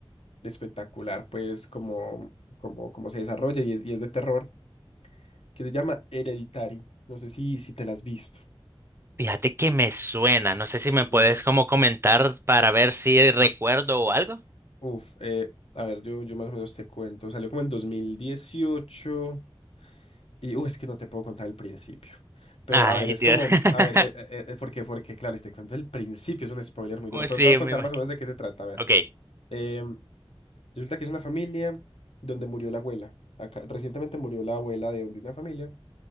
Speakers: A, on the left; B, on the right.
A: espectacular, pues, como, como, como se desarrolla y es, y es de terror, que se llama Hereditary. No sé si, si te la has visto.
B: Fíjate que me suena, no sé si me puedes
A: No.
B: como comentar para ver si recuerdo o algo.
A: Uf, eh, a ver, yo, yo más o menos te cuento. Salió como en 2018 y, uh, es que no te puedo contar el principio. Pero,
B: Ay,
A: a ver, es
B: Dios.
A: como,
B: <laughs>
A: a ver, eh, eh, eh, porque, porque, claro, si te cuento el principio es un spoiler muy
B: Oh,
A: duro, pero
B: Sí,
A: te voy a contar
B: me imag-
A: más o menos de qué se trata. A ver,
B: Ok,
A: Em, resulta que es una familia donde murió la abuela. Acá, recientemente murió la abuela de, de una familia